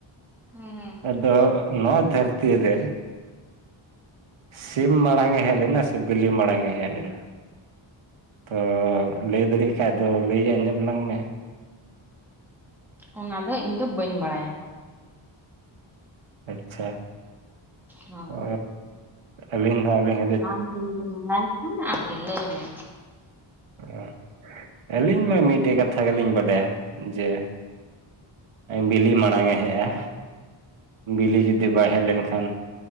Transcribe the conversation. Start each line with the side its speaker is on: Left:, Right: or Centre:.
Centre: ᱦᱩᱸ ᱦᱩᱸ
Right: ᱟᱫᱚ ᱱᱚᱣᱟ ᱫᱷᱟᱹᱨᱛᱤ ᱨᱮ ᱥᱤᱢ ᱢᱟᱲᱟᱝ ᱮ ᱦᱮᱡ ᱞᱮᱱᱟ ᱥᱮ ᱵᱤᱞᱤ ᱢᱟᱲᱟᱝ ᱮ ᱦᱮᱡ ᱞᱮᱱᱟ ᱛᱚ ᱞᱟᱹᱭ ᱫᱟᱲᱮᱭᱟᱜ ᱠᱷᱟᱭ ᱫᱚ ᱞᱟᱹᱭ ᱟᱸᱡᱚᱢ ᱞᱟᱝ ᱢᱮ
Centre: ᱚᱱᱟ ᱫᱚ ᱤᱧᱫᱚ ᱵᱟᱸᱧ ᱵᱟᱲᱟᱭᱟ᱾
Right: ᱟᱪᱪᱷᱟ,
Centre: ᱦᱳᱭ
Right: ᱚ ᱟᱹᱞᱤᱧ ᱫᱚ ᱟᱹᱵᱮᱱ
Centre: ᱟᱢᱜᱮ ᱡᱩᱫᱤᱢ ᱞᱟᱹᱭ ᱠᱷᱟᱱ ᱟᱢᱜᱮ ᱞᱟᱹᱭ ᱢᱮ?
Right: ᱚ ᱟᱹᱞᱤᱧ ᱢᱟ ᱢᱤᱫᱴᱮᱡ ᱠᱟᱛᱷᱟ ᱜᱮᱞᱤᱧ ᱵᱟᱲᱟᱭᱟ ᱡᱮ, ᱵᱤᱞᱤ ᱢᱟᱲᱟᱝᱼᱮ ᱦᱮᱡᱼᱟ ᱵᱤᱞᱤ ᱡᱩᱫᱤ ᱵᱟᱭ ᱦᱮᱡ ᱞᱮᱱᱠᱷᱟᱱ